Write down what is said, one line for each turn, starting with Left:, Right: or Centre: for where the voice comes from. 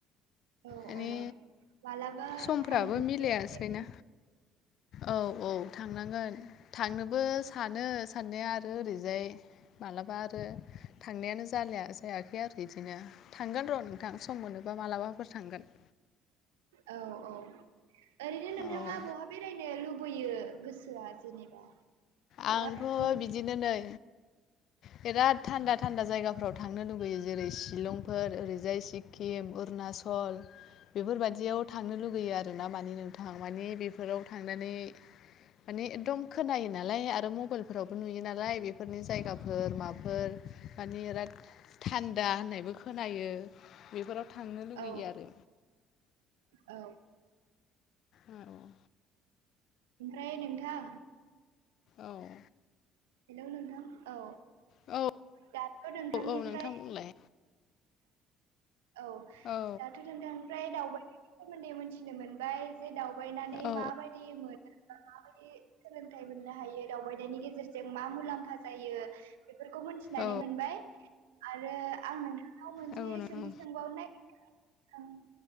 Right: औ
Left: माने
Right: औ मालाबा
Left: समफ्राबो
Right: थांदो
Left: मिलायासैना
Right: बेरायनो।
Left: औ औ थांनांगोन। थांनोबो सानो साननाया आरो ओरैजाय मालाबा आरो थांनायानो जा जायाखै आरो बिदिनो थांगोन र' नोंथां सम मोनोबा मालाबाफोर थांगोन।
Right: औ औ ओरैनो नोंथाङा
Left: औ
Right: बहा बेरायनो लुबैयो गोसो आ जेनेबा
Left: आंथ'
Right: बहा थांनो
Left: बिदिनो नै
Right: <inaudible>
Left: बिराद थान्दा थान्दा जायगाफ्राव थांनो लुुबैयो जेरै शिलंफोर ओरैजाय सिक्किम अुणना सल बेफोरबायदियाव थांनो लुुबैयो आरोना मानि नों थां माने बेफोराव थांनानै मानि एकदम खोनायो। नालाय आरो मबाइलफोरावबो नुयो नालाय बेफोरनि जायगाफोर माफोर मानि बिराद थान्दा होननायबो खोनायो बेफोराव थांनो लुुबैयो
Right: औ
Left: आरो।
Right: औ
Left: औ औ औ
Right: ओमफ्राय नोंथां
Left: ओं
Right: हेलौ नोंथां औ
Left: औ औ
Right: दाथ' नोंथांनिफ्राय
Left: औ औ नोंथां बुंलाय
Right: औ
Left: औ
Right: दाथ' नोंथांनिफ्राय दावबायनायनि सोमोन्दै मिथिनो मोनबाय दावबायनानै
Left: औ
Right: माबायदि मोनो माबायदि सोलोंथाइ मोननो हायो दावबाय नायनि गेजेरजों मा मुलाम्फा जायो बेफोरखौ मोनथिनानै
Left: औ
Right: मोनबाय आरो आं नोंथांनाव मोनसे
Left: औ नोंथां
Right: सोंथि सोंबावनो नागिरदों